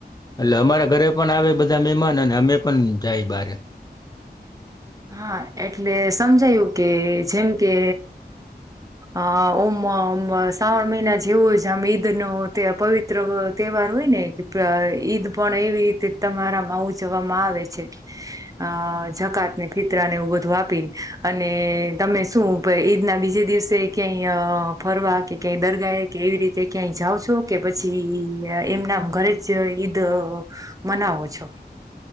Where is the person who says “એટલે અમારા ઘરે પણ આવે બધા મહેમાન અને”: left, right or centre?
Left